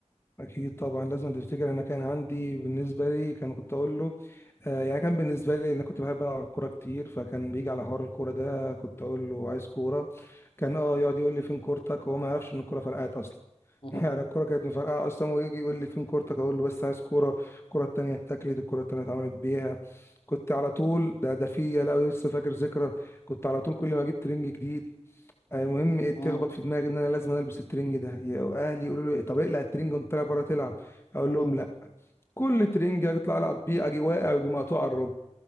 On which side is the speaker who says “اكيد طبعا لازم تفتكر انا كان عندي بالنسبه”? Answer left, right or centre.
Left